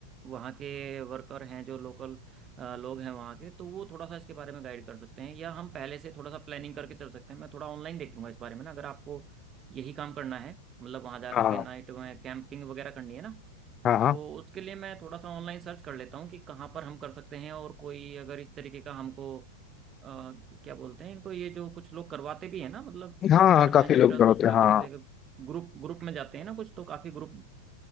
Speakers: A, on the right; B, on the left.
A: वहाँ के वर्कर हैं जो लोकल लोग हैं वहाँ के तो वो थोड़ा सा इसके बारे में गाइड कर सकते हैं या हम पहले से थोड़ा सा प्लानिंग करके चल सकते हैं मैं थोड़ा ऑनलाइन देख लूंगा इस बारे में ना अगर आपको यही काम करना है मतलब वहाँ जा करके
B: हाँ
A: नाइट में कैंपिंग वगैरह करनी है ना
B: हाँ हाँ
A: तो उसके लिए मैं थोड़ा सा ऑनलाइन सर्च कर लेता हूँ कि कहाँ पर हम कर सकते हैं और कोई अगर इस तरीके का हमको अ, क्या बोलते हैं इनको ये जो कुछ लोग करवाते भी हैं ना मतलब
B: हाँ हाँ,
A: एडवेंचरस
B: काफी लोग तो होते
A: उस पर
B: हैं हाँ
A: कुछ लेके ग्रुप ग्रुप में जाते हैं ना कुछ तो काफी ग्रुप